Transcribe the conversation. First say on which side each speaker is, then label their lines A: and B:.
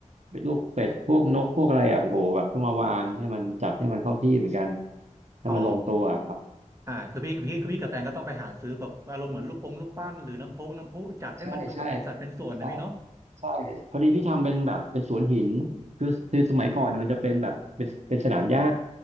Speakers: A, on the right; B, on the right.
A: เป็นลูกเป็ดพวกนกพวกอะไรอ่ะโอ้โหแบบต้องมาวางให้มันจัดให้มันเข้าที่เหมือนกันให้มันลงตัวครับ
B: อ๋อ อ่าคือพี่พี่คือพี่กับแฟนก็ต้องไปหาซื้อแบบอารมณ์เหมือนลูกปงลูกปั้นหรือน้ำพุน้ำพุจัดให้มันดูแบบเป็นสัดเป็นส่วนนะพี่เนาะ
A: ใช่ใช่ใช่ใช่พอดีพี่ทำเป็นแบบเป็นสวนหินคือคือสมัยก่อนเนี่ยมันจะเป็นแบบเป็นเป็นสนามหญ้า